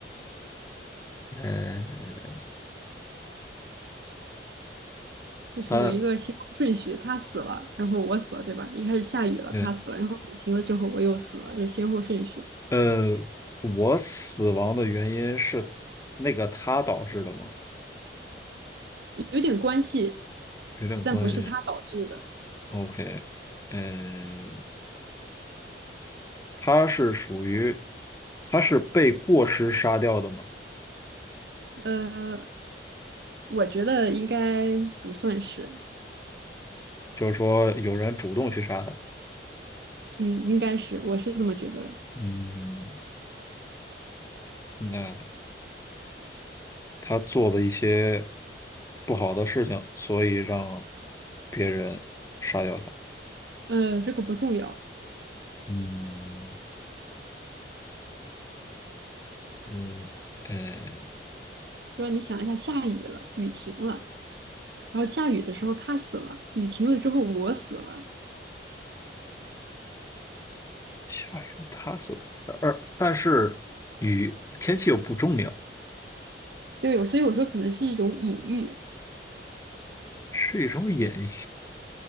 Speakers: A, on the left; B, on the right.
A: 嗯，
B: 就是有一个先后顺序，
A: 他，
B: 他死了，然后我死了，对吧？一开始下雨了，
A: 嗯，
B: 他死了，然后雨停了之后我又死了，就是先后顺序
A: 呃，我死亡的原因是那个他导致的吗？
B: 有点关系，
A: 有点关系。
B: 但不是他导致的。
A: OK，嗯，他是属于，他是被过失杀掉的吗？
B: 呃，我觉得应该不算是，
A: 就是说有人主动去杀他。
B: 嗯，应该是，我是这么觉得的。
A: 嗯，那他做了一些不好的事情，所以让别人杀掉他。
B: 呃，这个不重要，
A: 嗯，嗯，呃，
B: 就是你想一下，下雨了，雨停了，然后下雨的时候他死了，雨停了之后我死了。
A: 下雨了，它是，而但是雨天气又不重要，
B: 对，所以我说可能是一种隐喻，
A: 是一种隐喻